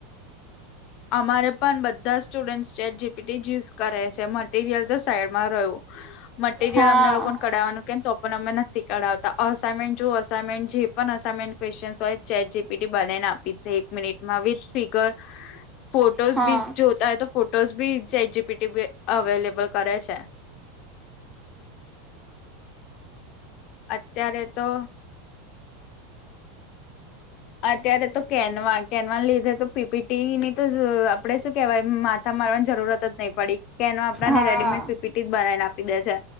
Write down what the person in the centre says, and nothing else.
હા
હા
હા